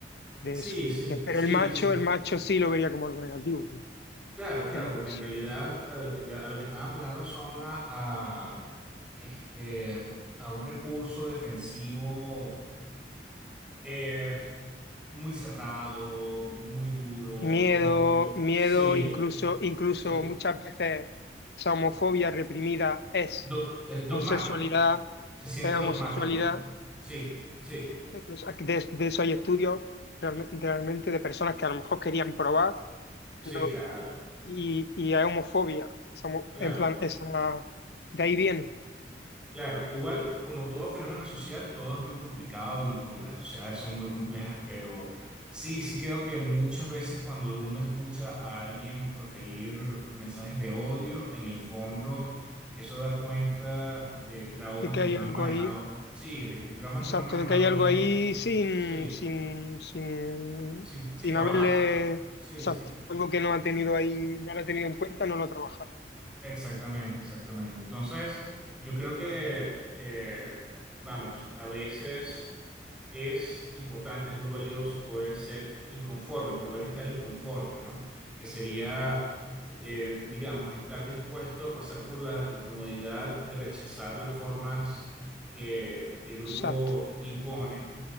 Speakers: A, on the left; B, in the centre.
A: de
B: Sí,
A: eso.
B: sí,
A: Pero
B: sí,
A: el macho,
B: sí.
A: el macho sí lo vería como algo negativo, claro,
B: Claro, claro,
A: El macho.
B: porque en realidad a lo que, a lo que están apelando son a, a, este, a un recurso defensivo Eh, muy cerrado, muy duro,
A: Miedo,
B: muy...
A: miedo,
B: Sí,
A: incluso, incluso
B: sí.
A: muchas veces esa homofobia reprimida es
B: Do- eh, dogmático.
A: homosexualidad,
B: Se siente
A: es
B: dogmático.
A: homosexualidad
B: Sí, sí,
A: Es que eso- De, de eso hay estudios realme- realmente de personas que a lo mejor querían probar,
B: sí,
A: pero
B: claro,
A: y, y hay homofobia. Somos-
B: claro.
A: en plan, esa, de ahí viene,
B: Claro, igual como todo fenómeno social, todo es muy complicado y porque las sociedades son muy complejas, pero sí, sí creo que muchas veces cuando uno escucha a alguien proferir mensajes de odio, en el fondo eso da cuenta de traumas
A: de que
B: que
A: hay
B: no
A: algo
B: han manejado,
A: ahí,
B: sí, de que traumas
A: exacto,
B: que no han manejado
A: de que hay algo
B: bien,
A: ahí sin,
B: sí,
A: sin, sin,
B: sin, sin
A: sin
B: trabajar,
A: haberle,
B: sí,
A: exacto,
B: sí.
A: algo que no ha tenido ahí, no lo ha tenido en cuenta, no lo ha trabajado.
B: Exactamente, exactamente. Entonces, yo creo que, eh, vamos, a veces es importante, es muy valioso poder ser inconforme, poder estar inconforme, ¿no? Que sería, eh, digamos, estar dispuesto a pasar por la incomodidad de rechazar las formas que el grupo
A: Exacto.
B: impone.